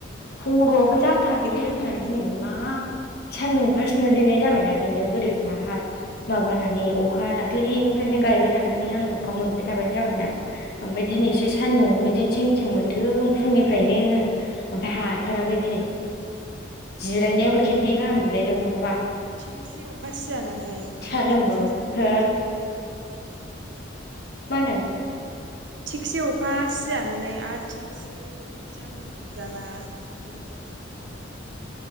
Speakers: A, on the right; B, on the left.
A: खर'आ
B: खर'आबो जाथाराखैलै
A: फ्रि फ्रि बोरैबा
B: आंहा
A: मोनजोबदों
B: दिनै मा सानदुं फार्स्ट मोनजेननाय जाबायना बेनो बोरैबा हाब
A: उम
B: माबानानै अखा दाख्लैनिफ्रायनो गायबाय थानानै आं अखा मोनबाय थाबोनाय जाबाय ना ओमफ्राय
A: उम
B: दिनैसो सानदुंबो बिदि थिं थिं मोनदों फुंनिफ्रायनो। ओमफ्राय हाथाराखै दिनै जिरायनायाबो खेनननै गाहाम जिरायदों नङाबा।
A: थिखसे अखा सिजानानै
B: साहा
A: आरो
B: लोंबाबो
A: थिखसे सानदुं
B: हो
A: दुंजाबा लोमजायो।
B: मा होनदों?
A: थिगसे अखा सिजानानै आरो थिखसे सानदुं दुंजाबा लोमजायो।